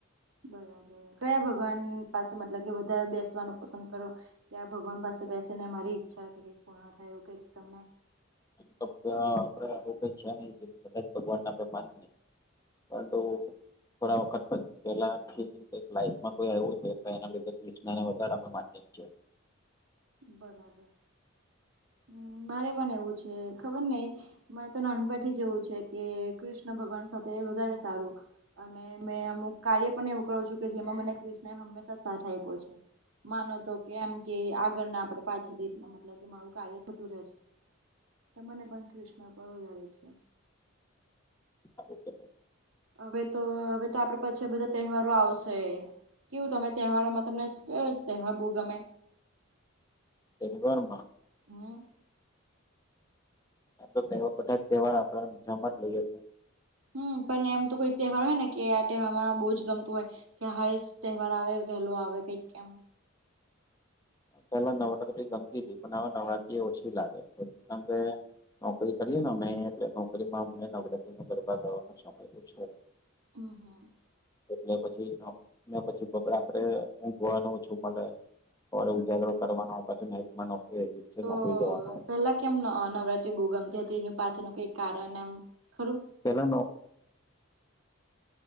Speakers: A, on the right; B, on the left.
A: બરાબર કયા ભગવાન પાસે મતલબ કે વધારે બેસવાનું પસંદ કરો કે આ ભગવાન પાસે બેસે ને મારી ઈચ્છા કે કઈક પુર્ણા થાય એવું કંઈક તમને
B: તો આપડે આવું કઈ છે નહી જે બધા ભગવાનને આપે માનીએ પણ તો થોડા વખત પછ પેલાથી કંઈક લાઈફમાં કોઈ આવવું હતું તો એના લીધે ક્રિષ્નાને વધારે અમે માનીએ છીએ
A: બરાબર હમ્મ મારે પણ એવું છે ખબર નહી મારેતો નાનપણથી જ એવું છે કે કૃષ્ણ ભગવાન સાથે વધારે સારું અને મેં અમુક કાર્ય પણ એવું કરું છું કે જેમાં મને ક્રષ્ણ એ હંમેશા સાથ આઇપો છે. માનો તો કે એમ કે આગળને આપડે પાછળીના મતલબ કે મારું કાર્ય થતું રહે છે. તમને પણ કૃષ્ણ પર વધારે છે.
B: <inaudible>
A: હવે તો હવે તો આપડે પાછે આ બધા તહેવારો આવશે કેવું તમે તહેવારોમાં તમને કયો તહેવાર બહુ ગમે
B: તેહવારમાં
A: હમ્મ
B: આપડો થેવર બધા તહેવાર આપણે મજામાં જ લઈએ છીએ
A: હમ્મ પણ એમ તો કોઈ તહેવાર હોય ને કે આ તહેવારમા બહુ જ ગમતું હોય કે હાઈજ તહેવાર આવે વહેલું આવે કઈક કેમ
B: પહેલા નવરાત્રી ગમતી હતી પણ હવે નવરાત્રી એ ઓછી લાગે કારણ કે નોકરી કરીએ ને અમે એટલે નોકરીમાં અમને નવરાત્રીનો ગરબા કરવાનો સમય ઓછો.
A: હમ્મ, હમ્મ.
B: એટલે પછી ને પછી બપોરે આપડે ઊંઘવાનું ઓછું મલે. સવારે ઉજાગરો કરવાનો પછી નાઇટમાં નોકરી અજીબ સી
A: તો
B: નોકરી જવાનો.
A: પેલા કેમ અહ નવરાત્રી બહુ ગમતી હતી એનું પાછળનું કઈક કારણ એમ ખરું.
B: પેલા નો